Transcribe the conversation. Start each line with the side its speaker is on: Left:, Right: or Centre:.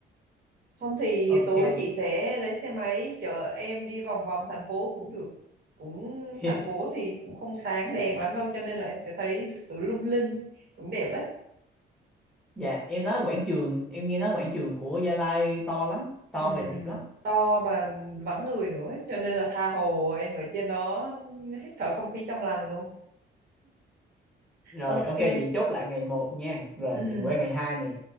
Right: không thì
Centre: ok
Right: tối chị sẽ lấy xe máy chở em đi vòng vòng thành phố cũng được cũng
Centre: <laughs>
Right: thành phố thì cũng không sáng đèn lắm đâu cho nên là em sẽ thấy được sự lung linh cũng đẹp đấy
Centre: dạ em nói quảng trường em nghe nói quảng trường của Gia Lai to lắm to
Right: ừ, ừ.
Centre: về đẹp lắm
Right: to mà vắng người nữa ấy. cho nên là tha hồ em ở trên đó hít thở không khí trong lành luôn
Centre: rồi
Right: ok
Centre: ok vậy chốt lại ngày một nha rồi
Right: ừ.
Centre: mình qua ngày hai nè